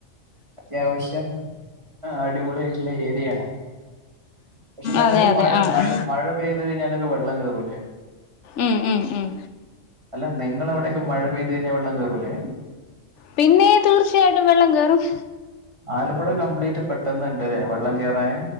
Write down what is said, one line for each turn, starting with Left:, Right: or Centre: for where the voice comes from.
Right: അതാവശ്യം ആഹ് അടിപൊളി ആയിട്ട്ള്ള ഏരിയ ആണ്. പക്ഷെ നിങ്ങൾക്ക്
Left: അതെ അതെ
Right: മഴ
Left: ആഹ്
Right: മഴ മഴ പെയ്ത് കഴിഞ്ഞാലൊക്കെ വെള്ളം കേറുല്ലേ.
Left: ഉം ഉം ഉം
Right: അല്ല, നിങ്ങളവിടൊക്കെ മഴ പെയ്ത് കഴിഞ്ഞാൽ വെള്ളം കേറൂലേ.
Left: പിന്നെ തീർച്ചയായിട്ടും വെള്ളം കേറും.
Right: ആലപ്പുഴ കംപ്ലീറ്റ് പെട്ടെന്നിണ്ട് ലെ വെള്ളം കേറാന്.